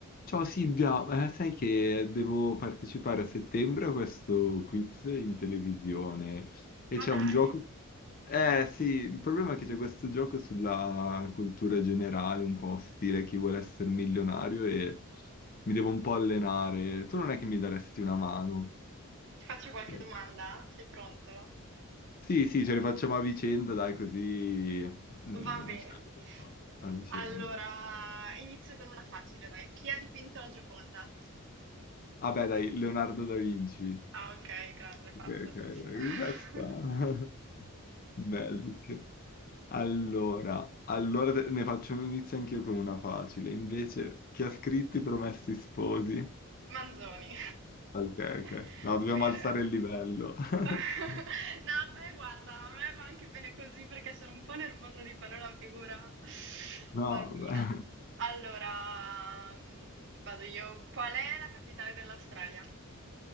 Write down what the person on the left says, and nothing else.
Ciao Silvia, eh, sai che devo partecipare a settembre a questo quiz in televisione e
c'è
un gioco... Eh sì, il problema è che c'è questo gioco sulla cultura generale, un po' stile chi vuole essere milionario e mi devo un po' allenare. Tu non è che mi daresti una mano?
Eh,
Sì, sì, ce le facciamo a vicenda, dai, così... mm,
ce le facciamo a vicenda.
Vabbè, dai, Leonardo da Vinci.
Ok, ok,
questa... <laughs> Basic. Allora, allora te- ne faccio un inizio anch'io con una facile. Invece, chi ha scritto I Promessi Sposi?
Ok, ok.
No, dobbiamo
alzare il livello. <laughs>
No,
vabbè.